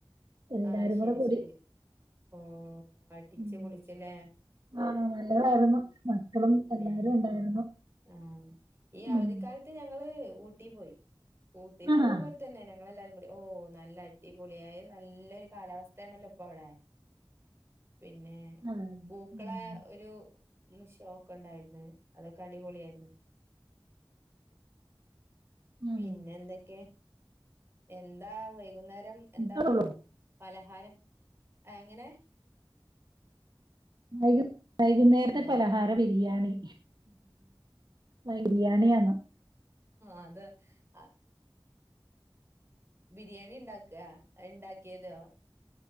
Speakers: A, on the right (about 55°); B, on the right (about 25°).
A: എല്ലാരും
B: ആഹ് ശരി
A: കൂടെ കൂടി.
B: ശരി ഓ ടി ച്ച്
A: ഉം.
B: പൊളിച്ചുല്ലേ
A: ആ നല്ലതായിരുന്നു. മക്കളും
B: ഉം
A: എല്ലാരും
B: ഞാന്
A: ഉണ്ടായിരുന്നു.
B: ആഹ്. ഈ അവധിക്കാലത്ത്
A: ഉം.
B: ഞങ്ങള് ഊട്ടി പോയി ഊട്ടീലത്പോൽതന്നെ.
A: ആഹാ.
B: ഞങ്ങളെല്ലാരും കൂടി ഓ നല്ല അടിപൊളിയായി നല്ലൊരു കാലാവസ്ഥആണല്ലോ ഇപ്പൊ അവിടെ പിന്നെ
A: അതെ അതെ.
B: പൂക്കളെ
A: ഉം.
B: ഒരു ഷോക്കെ ണ്ടായിര്ന്ന് അതൊക്കെ അടിപൊളിയായിര്ന്ന്.
A: ഉം.
B: പിന്നെ എന്തൊക്കെ എന്താ വൈകുന്നേരം എന്താണ്
A: ഇത്രേ ഉള്ളൂ.
B: പലഹാരം ഏ എങ്ങനെ
A: വൈക വൈകുന്നേരത്തെ
B: ഹലോ
A: പലഹാര ബിരിയാണി ആ ബിരിയാണിയാന്ന്
B: അത ആ ബിരിയാണി ണ്ടാക. അത് ണ്ടാക്കേതോ